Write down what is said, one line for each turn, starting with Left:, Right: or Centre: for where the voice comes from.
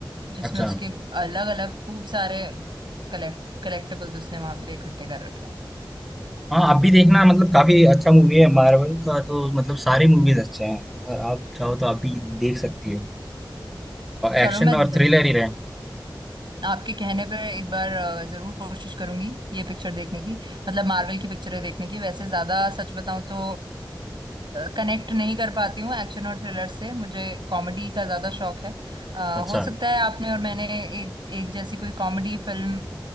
Right: जिसमें
Centre: अच्छा
Right: उसके अलग अलग खूब सारे कलेक्ट कलेक्टिबल्स उसने वहां पे इकट्ठे कर रखे हैं
Centre: हाँ आप भी देखना मतलब काफी अच्छा मूवी है मार्वल का तो मतलब सारे मूवीज अच्छे हैं और आप चाहो तो आप भी देख सकती हो
Right: चलो
Centre: एक्शन
Right: मैं
Centre: और थ्रिलर ही रहे
Right: आपके कहने पर एक बार अ, जरूर कोशिश करूंगी ये पिक्चर देखने की मतलब मार्वल की पिक्चरें देखने की वैसे ज्यादा सच बताऊं तो कनेक्ट नहीं कर पाती हूँ एक्शन और थ्रिलर से मुझे कॉमेडी का ज्यादा शौक है अ,
Centre: अच्छा
Right: हो सकता है आपने और मैंने एक एक जैसी कोई कॉमेडी फिल्म